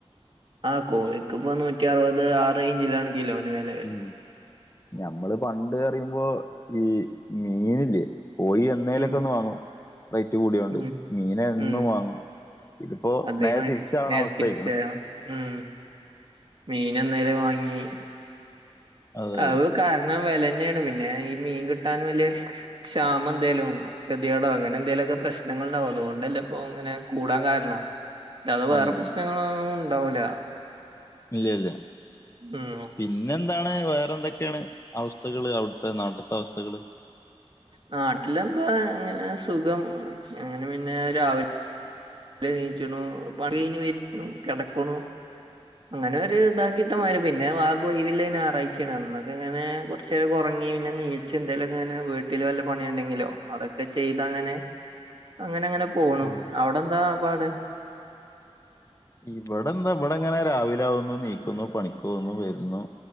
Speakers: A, on the right (about 50°); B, on the left (about 25°).
A: ആഹ് കോഴിക്ക് പ്പോ നൂറ്റ്യറുപത് ആ റെയ്ഞ്ചിലാണ് കിലോന് വെല വെര്
B: ഉം ഞമ്മള് പണ്ട് പറിമ്പോ ഈ മീനില്ലേ കോഴി ന്നെലൊക്കൊന്ന്
A: ഉം
B: വാങ്ങും റേറ്റ് കൂട്യോണ്ട്
A: ഉം
B: മീനെന്നും
A: ഉം
B: വാങ്ങും. ഇത്പ്പോ
A: അതേമാതിരി
B: നേരെ തിരിച്ചവണ
A: നേരെ
B: അവസഥയ്ക്ക്ണ്.
A: തിരിച്ചാണ് ഉം മീനെന്നെലും വാങ്ങി
B: അതെ
A: അത്
B: അതെ അതെ
A: കാരണം വേലെന്നെണ് പിന്നെ ഈ മീൻ കിട്ടാൻ വെല്ല്യ ക്ഷ് ക്ഷ ക്ഷാമ ന്തേലും വന്നോ കെത്യെടോ അങ്ങനെന്തെലൊക്കെ പ്രശ്നങ്ങള്ണ്ടാവും അതൊണ്ടല്ലെ പ്പോ ഇങ്ങനെ കൂടാൻ കാരണം അല്ലാതെ വേറെ
B: അതെ
A: പ്രശ്നങ്ങളൊന്നുണ്ടാവൂല.
B: ഇല്ല്യ ല്ല
A: ഉം
B: പി ന്നെന്താണ് വേറെന്തൊക്കെണ് അവസ്ഥകള് അവ്ട്ത്തെ നാട്ട്ത്തെ അവസ്ഥകള്
A: നാട്ടിലെന്താ അങ്ങനെ സുഖം അങ്ങനെ പിന്നെ രാവി ലെ നീച്ച്ണു പണി കയ്ഞ്ഞ് വെര്ന്നു കെടക്ക്ണു. അങ്ങനൊര് ഇതാക്കിട്ടമാരി പിന്നെ ആ കൊയ് വിലേ ഞാറാഴ്ച്യാണ് അന്നൊക്കെങ്ങനെ കൊർ ചെരൊക്കെ ഒർങ്ങി പിന്നെ നീച് എന്തെലൊക്കെങ്ങനെ വീട്ടില് വല്ല പണി ഉണ്ടെങ്കിലോ അതൊക്കെ ചെയ്തങ്ങനെ അങ്ങനങ്ങനെ പോണു.
B: ഉം
A: അവടെന്താ പാട്?
B: ഇവടെന്താ ഇബടെങ്ങനെ രാവിലാകുന്നു നീക്കുന്നു പണിക്കോവുന്നു വെര്ന്നു.